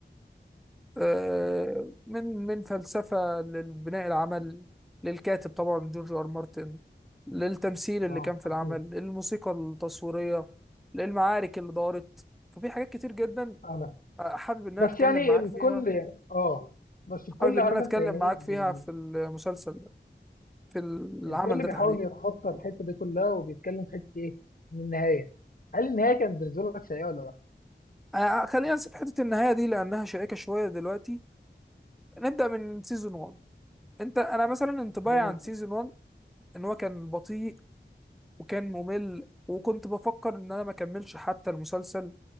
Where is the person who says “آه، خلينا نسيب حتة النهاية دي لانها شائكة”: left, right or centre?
Centre